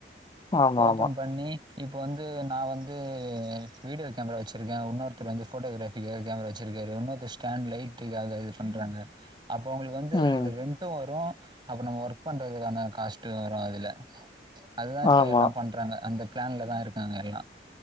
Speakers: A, on the left (about 25°); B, on the right (about 25°).
A: ஆமாமா.
B: ஓபன் பண்ணி இப்போ வந்து நா வந்து வீடியோ கேமரா வெச்சுருக்கே இன்னொருத்தரு வந்து ஃபோட்டோகிராஃப் காக கேமரா வெச்சுருக்காரு இன்னொருதரு ஸ்டேண்டு லைட்டுக்காக இது பண்றாங்க அப்போ ஒங்குளுக்கு வந்து
A: ம்.
B: ரென்ட்டு வரு அப்ப நம்ம ஒர்க் பண் அதுக்கான காஸ்ட்டு வரு அதுல அதுதா இப்ப
A: ஆமா.
B: எல்லா பண்றாங்க அந்த பிளான்ல தா இருக்காங்க எல்லா